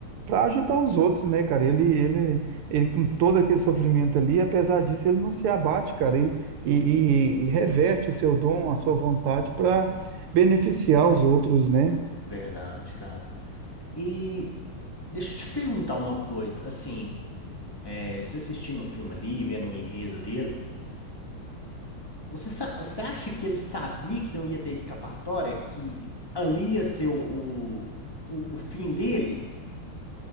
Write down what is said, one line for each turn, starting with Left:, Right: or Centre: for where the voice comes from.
Right: para ajudar os outros, né, cara? Ele, ele, ele, com todo aquele sofrimento ali, apesar disso, ele não se abate, cara, e, e, e- reverte o seu dom, a sua vontade para beneficiar os outros, né?
Left: verdade, cara. E deixa eu te perguntar uma coisa. Assim, é, você assistindo o filme ali, vendo o enredo dele. Você, sa- você acha que ele sabia que não ia ter escapatória? Que ali ia ser o, o, o, o fim dele?